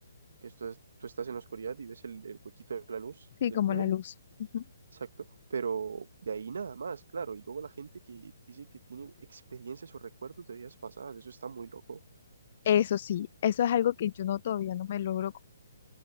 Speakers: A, on the right (about 60°); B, on the left (about 35°).
A: que esto es- tú estás en la oscuridad y ves el, el huequito de la luz
B: sí,
A: del
B: como
A: túnel,
B: la luz. Ujú.
A: exacto, pero de ahí nada más, claro. Y luego la gente que dice que tiene experiencias o recuerdos de vidas pasadas, eso está muy loco.
B: Eso sí, eso es algo que yo no todavía no me logro, co-